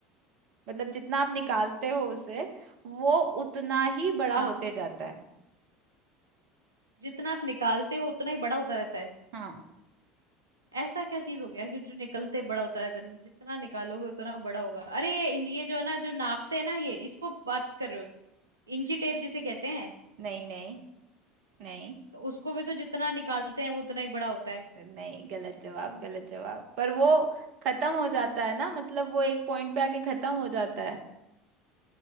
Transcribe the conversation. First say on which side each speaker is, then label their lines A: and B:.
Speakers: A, on the right; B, on the right.
A: मतलब जितना आप निकालते
B: हम्म
A: हो उसे वो उतना ही बड़ा
B: हाँ
A: होते जाता है
B: जितना आप निकालते हो उतना ही बड़ा होता रहता है
A: हाँ
B: ऐसा क्या चीज हो गया कि जो निकलते बड़ा होता रहता है जितना निकालोगे उतना बड़ा होगा अरे ये इन- ये जो है ना जो नापते हैं ना ये इसको बात कर रहे हो इंची टेप जिसे कहते हैं
A: नहीं नहीं नहीं
B: तो उसको भी तो जितना निकालते हैं वो उतना ही बड़ा होता है
A: नहीं गलत जवाब गलत जवाब पर वो खत्म हो जाता है ना मतलब वो एक पॉइंट पे आके खत्म हो जाता है